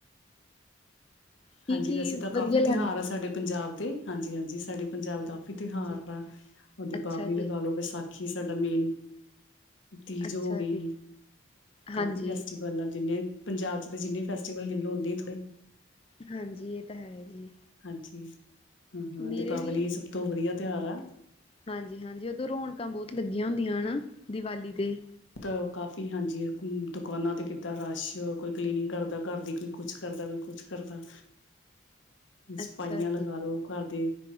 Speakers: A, on the left; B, on the left.
A: ਕੀ
B: ਹਾਂਜੀ
A: ਕੀ,
B: ਵੈਸੇ ਤਾਂ
A: ਵਧੀਆ
B: ਕਾਫ਼ੀ
A: ਲੱਗਦਾ?
B: ਤਿਉਹਾਰ ਆ ਸਾਡੇ ਪੰਜਾਬ ਦੇ, ਹਾਂਜੀ ਹਾਂਜੀ, ਸਾਡੇ ਪੰਜਾਬ ਕਾਫ਼ੀ ਤਿਉਹਾਰ
A: ਜੀ?
B: ਆ। ਉਹਦੀ
A: ਅੱਛਾ
B: ਪਾਵਨੀ ਲਗਾਾਲੋ
A: ਜੀ,
B: ਵਿਸਾਖੀ ਵਿਸਾਖੀ, ਸਾਡਾ ਮੇਨ ਤੀਜ
A: ਅੱਛਾ
B: ਹੋ ਗਈ,
A: ਜੀ।
B: ਕਾਫੀ
A: ਹਾਂਜੀ।
B: ਫੈਸਟੀ ਗੱਲਾਂ, ਜਿੰਨੇ ਪੰਜਾਬ 'ਚ ਜਿੰਨ ਫੈਸਟੀਵਲ ਗਿਣ ਲੋ, ਉਨੇ ਹੀ ਥੋੜੇ।
A: ਹਾਂਜੀ, ਇਹ ਤਾਂ ਹੈ ਜੀ।
B: ਹਾਂਜੀ, ਹਾਂ ਹਾਂ,
A: ਮੇਰੇ
B: ਦੀਪਾਵਲੀ ਸਭ ਤੋਂ ਵਧੀਆ ਤਿਉਹਾਰ ਆ।
A: ਹਾਂਜੀ ਹਾਂਜੀ, ਉਦੋਂ ਰੌਣਕਾਂ ਬਹੁਤ ਲੱਗੀਆਂ ਹੁੰਦੀਆਂ ਹਨਾ, ਦੀਵਾਲੀ ਤੇ।
B: ਤਾਂ ਕਾਫ਼ੀ ਹਾਂਜੀ ਦੁਕਾਨਾਂ ਤੇ ਕਿੱਦਾਂ ਰਸ਼, ਕੋਈ ਕਲੀਨਿੰਗ ਕਰਦਾ ਘਰ ਦੀ, ਕੋਈ ਕੁਛ ਕਰਦਾ, ਕੋਈ ਕੁਛ ਕਰਦਾ। ਸਫਾਈਆਂ
A: ਅੱਛਾ ਜੀ,
B: ਲਗਾ ਲੋ ਘਰ ਦੇ,